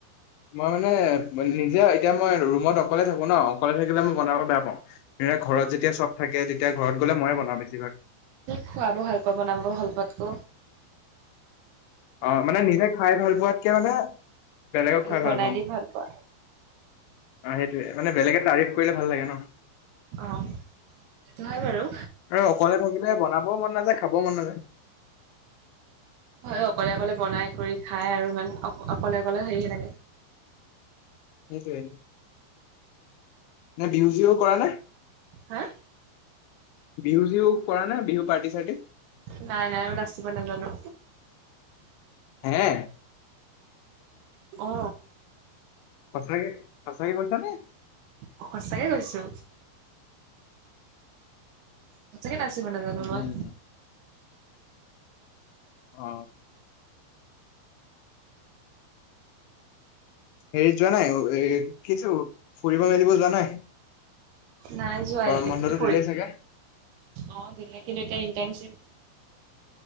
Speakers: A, on the left; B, on the right.
A: মই মানে নিজে এতিয়া মই ৰুমত অকলে থাকো ন কলে থাকিলে মই বনাবলৈ বেয়া পাওঁ ঘৰত যেতিয়া চব থাকে তেতিয়া ঘৰত গ'লে ময়ে বনাওঁ বেছি ভাগ।
B: খোৱাব ভাল পোৱা বনাব ভাল পোৱাতকৌ?
A: অ মানে নিজে খাই ভাল পোৱাতকে মানে বেলেগক খুৱাই
B: বনাই
A: ভাল পাওঁ।
B: দি পোৱা।
A: অ সেইটোয়ে মানে বেলেগে তাৰিফ কৰিলে ভাল লাগে ন।
B: অ' সেইটো হয় বাৰু।
A: আৰু অকলে থাকিলে বনা ব মন নাযায় খাব মন নাযায়।
B: হয় অকলে অকলে বনাই কৰি খাই আৰু ইমান অ অকলে অকলে হেৰি লাগে
A: <inaudible> সেইটোৱে নে বিহু চিহু কৰা নে?
B: হা?
A: বিহু চিহু কৰা নাই বিহু পাৰ্টি চাৰ্টি?
B: নাই নাই নাচিব নাজানো।
A: হে
B: অ।
A: সঁচাকে সঁচাকে কৈছা নে?
B: অ সচাঁকে কৈছো। সঁচাকে নাচিব নাজানো
A: উম
B: মই।
A: অ। হেৰিত যোৱা নাই এ কি আছিল ফুৰিব মেলিব যোৱা নাই?
B: নাই যোৱা
A: গৰম
B: এতিয়াটো
A: বন্ধটো
B: পঢ়
A: দিলেই চাগে
B: অ বেলেগ খিনি এতিয়া ইণ্টাৰ্নশ্বিপ।